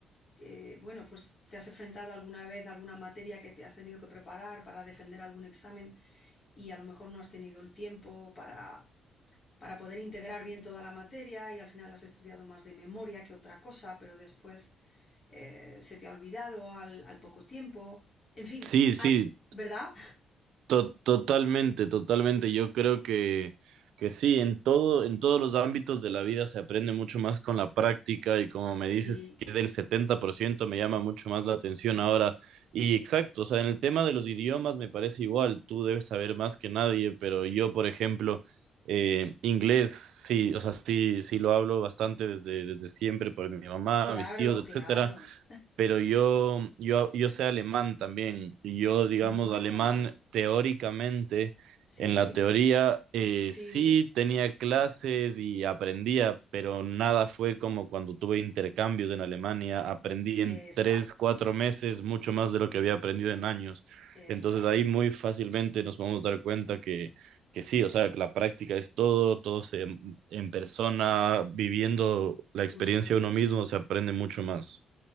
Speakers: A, on the left (about 35°); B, on the right (about 75°).
A: eh, bueno, pues te has enfrentado alguna vez a alguna materia que te has tenido que preparar para defender algún examen y a lo mejor no has tenido el tiempo para, para poder integrar bien toda la materia y al final has estudiado más de memoria que otra cosa, pero después eh, se te ha olvidado al, al poco tiempo. En fin,
B: Sí, sí,
A: hay, ¿verdad?
B: To- totalmente, totalmente. Yo creo que, que sí, en todo, en todos los ámbitos de la vida se aprende mucho más con la práctica y como
A: Sí,
B: me dices que es del 70% me llama mucho más la atención ahora. Y exacto, o sea, en el tema de los idiomas me parece igual, tú debes saber más que nadie, pero yo, por ejemplo, eh, inglés, sí, o sea, sí, sí lo hablo bastante desde, desde siempre por mi mamá,
A: claro,
B: mis tíos,
A: claro.
B: etc pero yo, yo, yo sé alemán también, y yo, digamos,
A: Ma,
B: alemán teóricamente,
A: sí,
B: en la teoría, eh,
A: sí,
B: sí tenía clases y aprendía, pero nada fue como cuando tuve intercambios en Alemania, aprendí
A: exacto,
B: en tres, cuatro meses mucho más de lo que había aprendido en años.
A: exacto,
B: Entonces ahí muy fácilmente nos podemos dar cuenta que, que sí, o sea, la práctica es todo, todo se, en persona, viviendo la experiencia
A: justo.
B: uno mismo, se aprende mucho más.